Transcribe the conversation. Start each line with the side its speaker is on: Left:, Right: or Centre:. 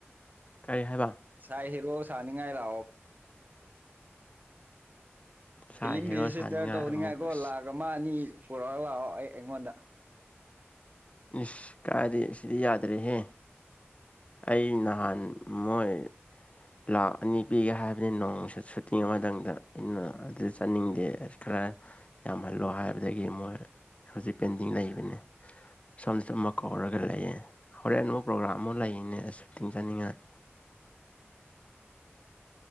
Left: ꯀꯔꯤ ꯍꯥꯏꯕ
Right: ꯁꯥꯏ ꯍꯦꯔꯣ ꯁꯥꯅꯤꯡꯉꯥꯏ ꯂꯥꯛꯑꯣ ꯐꯤꯂꯝ
Left: ꯁꯥ ꯍꯦꯔꯣ
Right: ꯁꯤꯁꯇꯔ
Left: ꯁꯥꯅꯤꯡꯉꯥꯏ
Right: ꯇꯧꯅꯤꯡꯉꯥꯏꯀꯣ
Left: ꯑꯃꯨꯛ ꯑꯁ
Right: ꯂꯥꯛ ꯑꯃ ꯑꯅꯤ ꯄꯨꯔꯛꯒ ꯂꯥꯛꯑꯣ ꯑꯩ ꯑꯩꯉꯣꯟꯗ
Left: ꯏꯁ ꯀꯥꯏꯗ ꯏꯁꯗꯤ ꯌꯥꯗꯔꯦꯍꯦ ꯑꯩ ꯅꯍꯥꯟ ꯃꯣꯏ ꯂꯥꯛ ꯑꯅꯤ ꯄꯤꯒꯦ ꯍꯥꯏꯕꯅꯤ ꯅꯣꯡ ꯁꯨꯇꯤꯡ ꯑꯃꯇꯪꯗ ꯑꯩꯅ ꯑꯗꯨ ꯆꯠꯅꯤꯡꯗꯦ ꯈꯔ ꯌꯥꯝꯍꯜꯂꯣ ꯍꯥꯏꯕꯗꯒꯤ ꯃꯣꯏ ꯍꯧꯖꯤꯛ ꯄꯦꯟꯗꯤꯡ ꯂꯩꯕꯅꯤ ꯁꯣꯝꯗꯁꯨ ꯑꯃ ꯀꯧꯔꯒ ꯂꯩꯌꯦ ꯍꯣꯔꯦꯟ ꯑꯃꯨꯛ ꯄ꯭ꯔꯣꯒ꯭ꯔꯥꯝ ꯑꯃ ꯂꯩꯅꯦ ꯑꯁꯨ ꯇꯤꯡꯖꯅꯤꯡꯉꯥꯏ